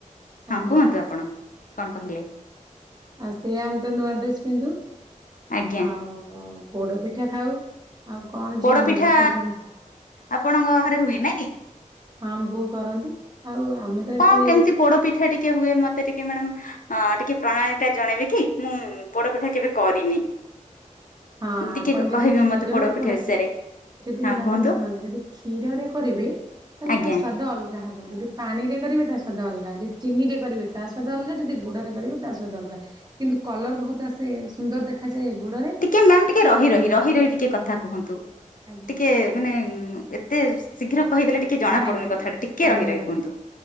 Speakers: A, on the right; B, on the left.
A: ଆଜ୍ଞା
B: ହଁ କୁହନ୍ତୁ ଆପଣ କଣ କହିଲେ।
A: ଆଉ ସେ ଆମେ ତ ନୂଆ ଡ୍ରେସ୍ ପିନ୍ଧୁ
B: ଆଜ୍ଞା
A: ଆଉ ପୋଡ଼ପିଠା ଖାଉ। ଆଉ କଣ ଝିଅ
B: ପୋଡପିଠା
A: ମାନଙ୍କର ସଜବାଜ
B: ଆପଣଙ୍କ ଘରେ ହୁଏ ନାଇଁ କି?
A: ହଁ ଆମ ବୋଉ କରନ୍ତି ଆଉ ଆମେ ତ
B: କଣ
A: ଏତେ
B: କେମିତି ପୋଡ ପିଠା ଟିକେ ହୁଏ ମତେ ଟିକେ ମ୍ୟାଡାମ ଅଁ ଟିକେ ପ୍ରଣାଳୀଟା ଜଣେଇବି କି ମୁଁ ପୋଡପିଠା କେବେ କରିନି?
A: ହଁ
B: ଟିକେ
A: ଆପଣ
B: କହିବେ
A: ଯଦି କ୍ଷୀରରେ
B: ମତେ ପୋଡପିଠା
A: ପୋଡ
B: ବିଷୟରେ
A: ପି ଯଦି
B: ହଁ
A: ମ୍ୟାଡ଼ାମ
B: କୁହନ୍ତୁ
A: ଶୁଣନ୍ତୁ ଯଦି କ୍ଷୀରରେ କରିବେ ତାହେଲେ
B: ଆଜ୍ଞା
A: ତା ସ୍ଵାଦ ଅଲ୍ ଯାହା ହେବ ଯଦି ପାଣିରେ କରିବେ ତା ସ୍ୱାଦ ଅଲଗା ଯଦି ଚିନିରେ କରିବେ ତା ସ୍ୱାଦ ଅଲଗା ଯଦି ଗୁଡ଼ରେ କରିବେ ତା ସ୍ୱାଦ ଅଲଗା। କିନ୍ତୁ କଲର ବହୁତ ଆସେ ସୁନ୍ଦର ଦେଖାଯାଏ ଗୁଡରେ।
B: ଟିକେ ମ୍ୟାମ୍ ଟିକେ ରହି ରହି, ରହି ରହି ଟିକେ କଥା କୁହନ୍ତୁ
A: ଆଜ୍ଞା
B: ଟିକେ ମାନେ ଏତେ ଶୀଘ୍ର କହିଦେଲେ ଟିକେ ଜଣା
A: ଆଜ୍ଞା
B: ପଡୁନି କଥାଟା ଟିକେ
A: ଆଜ୍ଞା
B: ରହି ରହି
A: ମ୍ୟାଡ଼ାମ
B: କୁହନ୍ତୁ,